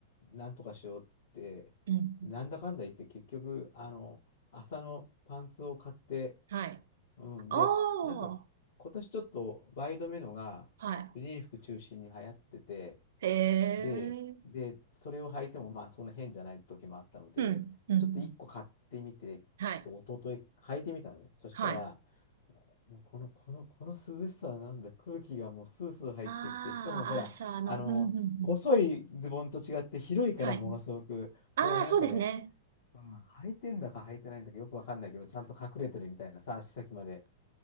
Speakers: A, on the left; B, on the right.
A: なんとかしようって、
B: うん、
A: なんだかんだ言って結局、あの、朝のパンツを買って、
B: はい。
A: うん、
B: ああ、
A: で、なんか今年ちょっとワイドめのが婦人服中心に流行ってて、
B: はい、へえ、
A: で、で、それを履いてもまあそんな変じゃない時もあったので、
B: うん、うん、うん、
A: ちょっと1個買ってみて、
B: はい、
A: と一昨日履いてみたのね。そしたら、
B: はい。あ
A: この、この、この涼しさはなんだ、空気がもうスースー入ってきて、
B: あ、
A: しかもほら、
B: 朝の、
A: あの、
B: うん、うん、うん、
A: 細いズボンと違って広いからものすごく、
B: はい。ああ、
A: もうなんかね、
B: そうですね。
A: うん、履いてんだか履いてないんだかよくわかんないけど、ちゃんと隠れてるみたいなさ、足先まで。